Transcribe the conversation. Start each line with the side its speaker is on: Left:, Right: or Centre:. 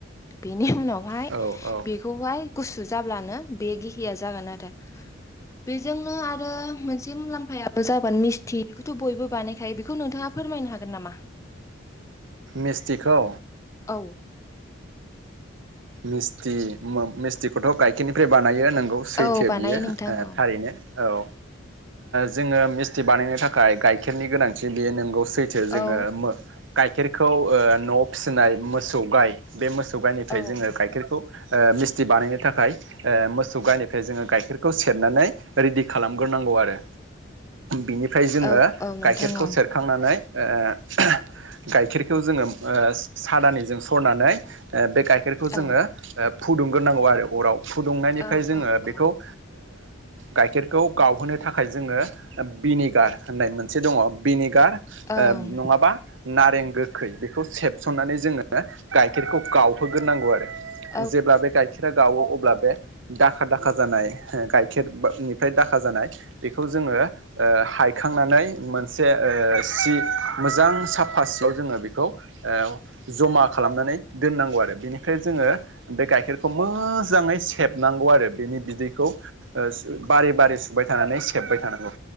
Left: बेनि उनावहाय
Right: औ औ औ
Left: बेखौहाय गुसु जाब्लानो बे गिहिया जागोन आरो बेजोंनो आरो मोनसे मुलाम्फा। आफायाबो जाबोन मिस्थि बेखौथ बयबो बानायखायो बेखौ नोंथाङा फोरमायनो हागोन नामा।
Right: मिस्थिखौ।
Left: औ।
Right: मिस्थि मिस्थिखौथ गाइखेरनिफ्राय बानायो नों। गौ सैथो
Left: औ बानायो
Right: बियो
Left: नोंथां औ
Right: थारैनो। औ जोङो मिस्थि बानायनो थाखाय गाइखेरनि गोनांथि बेयो नंगौ। सैथो जोङो
Left: औ
Right: गाइेरखौ न'वाव फिसिनाय मोसौ गाय बे मोसौ। सौ गायनिफ्राइ
Left: औ
Right: जोङो गाइखेरखौ ओ मिस्थि बानायनो थाखाय ओ मोसौ गाइनिफ्राय जोङो गाइखेरखौ सेरनानै रि दि खालामग्रोनांगौ आरो बिनिफ्राय जोङो
Left: औ औ नोंथां
Right: गाइखेरखौ
Left: औ
Right: सेरखांनानै ओ गाइखेरखौ जोङो ओ सादानिजों सरनानै बे गाइ खौ जोङो
Left: औ
Right: ओ फुदुंग्रोनांगौ आरो अराव फुदुंनायनिफ्राय
Left: औ
Right: जोङो
Left: औ औ
Right: बेखौ ओ गाइखेरखौ गावहोनो थाखाय जोङो भिनेगा होननाय मोनसे दङ भिनेगार ओ
Left: औ
Right: नङाबा नारें गोखै बेखौ सेबसननानै जोङो गाइखेरखौ गावहोग्रोनांगौ आरो
Left: औ
Right: जेब्ला बे गाइखेरा गावो अब्ला बे दाखा दाखा जानाय गाइखेरनिफ्राय दाखा जानाय बेखौ जोङो ओ हायखांनानै मोनसे ओ सि मोजां साफा सियाव जोङो बे खौ ओ जमा खालामनानै दोननांगौ आरो बेनिफ्राय जोङो बे गाइखेरखौ मोजाङै सेबनांगौ आरो बेनि बिदै खौ ओ बारे बारे सुबाय थानानै सेबबाय थानांगौ